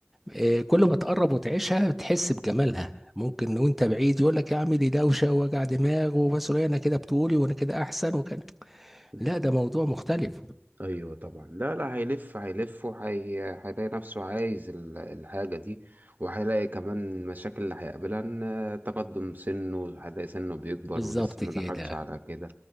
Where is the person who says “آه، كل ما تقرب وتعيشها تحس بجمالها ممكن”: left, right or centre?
Centre